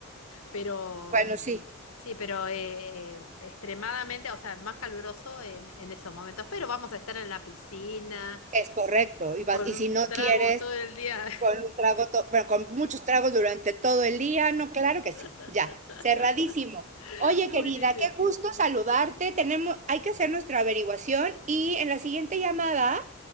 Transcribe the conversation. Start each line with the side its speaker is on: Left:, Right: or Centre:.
Left: pero
Right: Bueno, sí.
Left: sí, pero eh, eh, extremadamente, o sea, más caluroso en, en esos momentos, pero vamos a estar en la piscina
Right: Es correcto, y vas,
Left: con
Right: y
Left: un
Right: si no
Left: trago
Right: quieres,
Left: todo el día.
Right: con un trago, to- bueno, con muchos tragos durante todo el día, no, claro que sí,
Left: <laughs>
Right: ya, cerradísimo. Oye,
Left: Buenísimo.
Right: querida, qué gusto saludarte. Tenemos, hay que hacer nuestra averiguación y en la siguiente llamada,